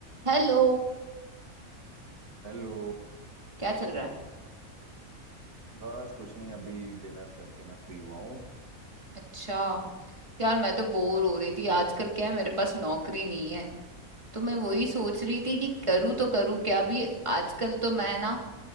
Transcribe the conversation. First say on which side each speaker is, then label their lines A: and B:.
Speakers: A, on the right; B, on the right.
A: Hello
B: Hello
A: क्या चल रहा है
B: बस कुछ नहीं अभी डिनर करके मैं फ्री हुआ हूँ
A: अच्छा यार मैं तो बोर हो रही थी आजकल क्या है मेरे पास नौकरी नहीं है तो मैं वही सोच रही थी कि करूँ तो करूँ क्या भी आजकल तो मैं ना